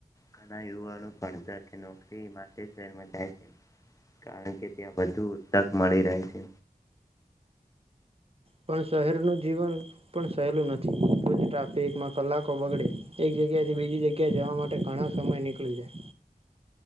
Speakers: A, on the left; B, on the right.
A: ઘણા યુવાનો ભણતર કે નોકરી માટે શહેરમાં જાય છે કારણ કે ત્યાં વધુ તક મળી રહે છે,
B: પણ શહેરનું જીવન પણ સહેલું નથી રોજ ટ્રાફિકમાં કલાકો બગડે એક જગ્યાએ થી બીજી જગ્યા એ જવા માટે ઘણા સમય નીકળી જાય,